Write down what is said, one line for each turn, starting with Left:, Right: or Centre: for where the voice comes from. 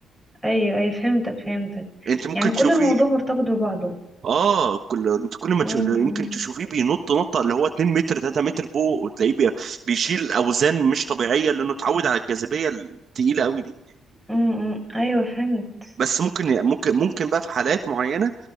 Centre: ايوه ايوه فهمتك فهمتك
Right: انت ممكن
Centre: يعني كل
Right: تشوفيه
Centre: الموضوع مرتبط ببعضه
Right: اه كل انت كل ما
Centre: امم
Right: تشوف يمكن تشوفيه بينط نطه اللي هو 2 متر 3 متر فوق وتلاقيه بي- بيشيل اوزان مش طبيعيه لانه اتعود على الجاذبيه التقيله قوي دي
Centre: امم أمم، ايوه فهمت
Right: بس ممكن ممكن ممكن بقى في حالات معينه